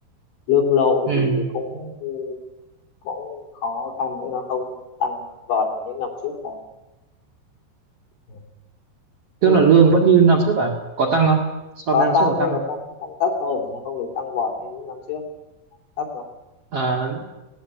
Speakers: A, on the left; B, on the right.
A: lương lậu
B: Ừ.
A: thì cũng cũng khó khăn nữa nó không tăng vọt như những năm trước thật Ừ.
B: tức
A: thì
B: là lương vẫn như năm trước à có tăng không so
A: có
B: với năm
A: tăng
B: trước có tăng
A: nhưng mà
B: không
A: tăng tăng thấp thôi nó không được tăng vọt như những năm trước thấp rồi
B: à,